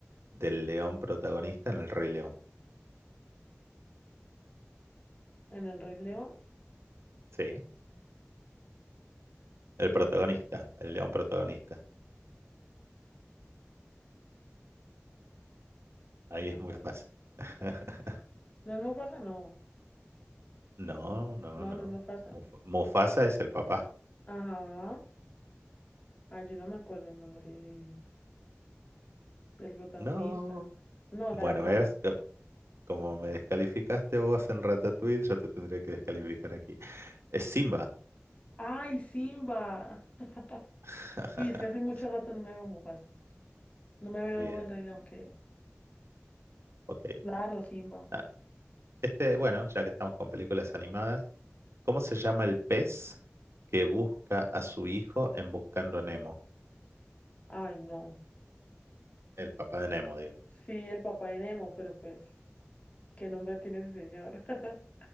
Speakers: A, on the right; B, on the left.
A: del león protagonista en El Rey León?
B: ¿En el Rey León?
A: Sí, el protagonista, el león protagonista. Ahí
B: No me
A: es
B: acuerdo.
A: muy fácil. <laughs>
B: ¿No es Mufasa? No.
A: No, no,
B: No,
A: no.
B: no es Mufasa.
A: Muf- Mufasa es el papá.
B: Ajá. Ay, yo no me acuerdo el nombre de- del protagonista.
A: No.
B: No,
A: Bueno,
B: la verdad
A: ¿ves?
B: no.
A: Como me descalificaste vos en Ratatouille, yo te tendría que descalificar aquí. Es Simba.
B: ¡Ay, Simba! <laughs>
A: <laughs>
B: Y es que hace mucho rato no me veo Mufasa. No me veo
A: Bien,
B: el Rey León, que digo.
A: ok.
B: Claro, Simba.
A: Ah, este, bueno, ya que estamos con películas animadas, ¿cómo se llama el pez que busca a su hijo en Buscando a Nemo?
B: Ay, no.
A: El papá de Nemo, digo.
B: Sí, el papá de Nemo, pero pues, ¿qué nombre tiene ese señor? <laughs>